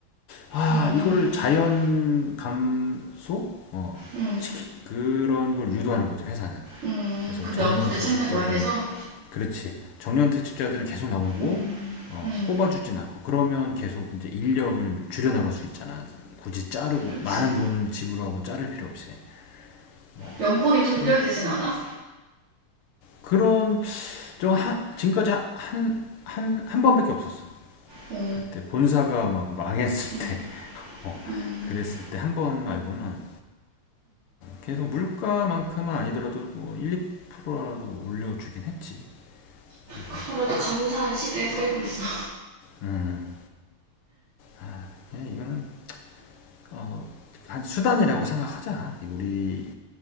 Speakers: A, on the left; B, on the right.
A: 아
B: 음,
A: 이거를 자연 감소 어,
B: 응,
A: 시키 그런 걸 유도하는 거지 회사는.
B: 응,
A: 그래서
B: 그
A: 정년
B: 명분을
A: 퇴직자들
B: 찾는 거야, 계속?
A: 그렇지. 정년 퇴직자들은 계속 나오고
B: 음,
A: 어,
B: 음,
A: 뽑아주진 않고 그러면 계속 이제 인력을 줄여 나갈 수 있잖아. 굳이 자르고
B: 그치.
A: 많은 돈을 지불하고 자를 필요 없이 뭐
B: 연봉이 동결되진
A: 그런
B: 않아?
A: 그런 저 하, 지금까지 한 한 한 번밖에 없었어.
B: 오,
A: 그때 본사가 막 망했을
B: 음,
A: 때, <laughs> 어,
B: 음, 음.
A: 그랬을 때 한 번 말고는 계속 물가만큼은 아니더라도 뭐 1, 2%라도 올려주긴 했지. 계속.
B: 그거라도 감사한 시대에 살고 있어.
A: 음, 아, 예, 이거는 어, 한 수단이라고 생각하자. 우리를